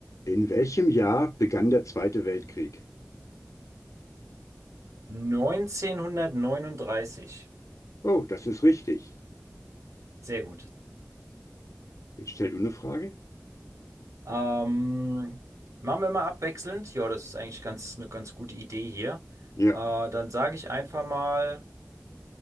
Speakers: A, on the left; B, on the right.
A: In welchem Jahr begann der Zweite Weltkrieg?
B: 1939.
A: Oh, das ist richtig.
B: Sehr gut.
A: Jetzt stell du eine Frage?
B: Ähm, machen wir mal abwechselnd. Ja, das ist eigentlich ganz, eine ganz gute Idee hier.
A: Ja.
B: Äh, dann sage ich einfach mal,